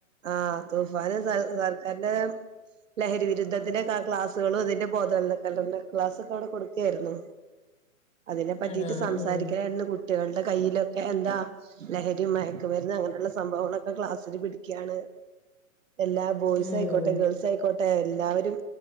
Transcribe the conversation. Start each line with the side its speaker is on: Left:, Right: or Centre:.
Right: ആ തുഫാന് സർ സർക്കാരിന്റെ ലഹരിവിരുദ്ധത്തിന്റെക്ക ക്ലാസ്സുകളും ഇതിന്റെ ബോധവൽ <unintelligible> ക്ലാസൊക്കെ അവിടെ കൊടുക്കയിരുന്നു അതിനെ പറ്റിട്ട്
Left: ആണോ
Right: സംസാരിക്കാനായിരുന്നു
Left: ഉം
Right: കു ട്ടികളുടെ കയ്യിലൊക്കെ എന്താ ലഹരി മയക്കുമര്ന്ന് അങ്ങനെള്ള സംഭവങ്ങളൊക്കെ ക്ലാസ്സിൽ പിടി ക്ക്യാണ്. എല്ലാ ബോയ്സയിക്കോട്ടെ
Left: ഉം
Right: ഗേൾസയിക്കോ ട്ടെ എല്ലാവരും